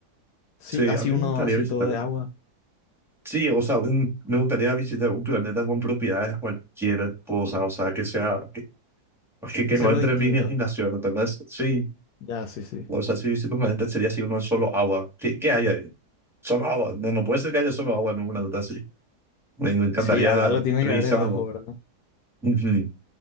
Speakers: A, on the left; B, in the centre.
A: Sí,
B: Sí,
A: así
B: a mí
A: uno,
B: me gustaría
A: así
B: visitar.
A: todo de agua,
B: Sí, o sea, un- me gustaría visitar un planeta con propiedades cualquier cosa, o sea, que sea, que, que, que
A: que sea
B: no
A: algo
B: entre
A: distinto.
B: en mi imaginación, ¿entendés? Sí,
A: Ya, sí, sí.
B: o sea, sí, sí, planeta sería así uno solo agua. ¿Qué, qué hay ahí? Solo agua. No, no puede ser que haya solo agua en un planeta así. Me, me encantaría
A: Sí, al- algo tiene
B: revisarlo.
A: que haber debajo, ¿verdad?
B: Ujú.